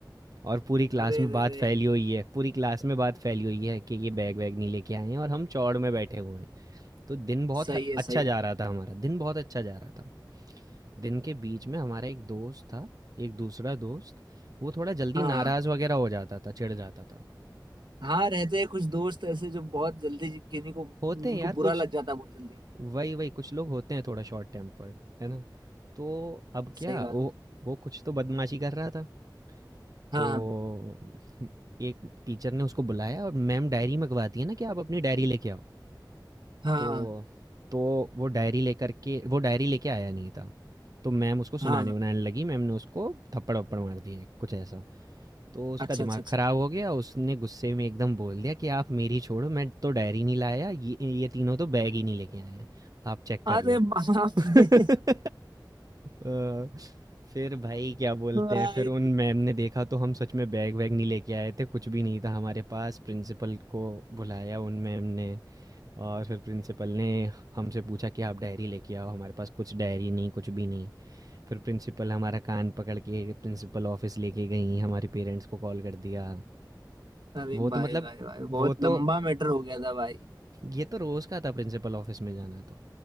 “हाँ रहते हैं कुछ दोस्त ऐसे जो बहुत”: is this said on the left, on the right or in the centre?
Right